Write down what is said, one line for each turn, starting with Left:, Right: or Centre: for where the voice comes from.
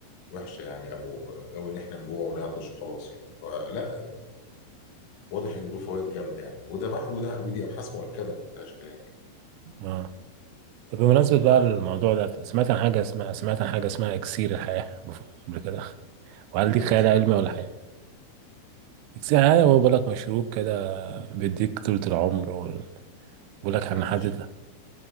Left: وحشه يعني او جو ان احنا نجوع ونعطش وخلاص يعني فلا واضح ان له فوائد جامده يعني وده بح وده ودي ابحاث مؤكده ما فيهاش كلام يعني
Right: اه طب بمناسبة بقى الموضوع ده سمعت عن حاجة اسمها سمعت عن حاجة اسمها اكسير الحياة بف- قبل كده وهل دي
Left: ايه
Right: خيال
Left: اكسير
Right: علمي
Left: الحياه
Right: ولا
Left: ده؟
Right: حاجة اكسير الحياة هو
Left: ايه اكسير
Right: بيقول لك مشروب كده بيديك طولة العمر وال- بيقول لك ان
Left: لا مفيش
Right: حد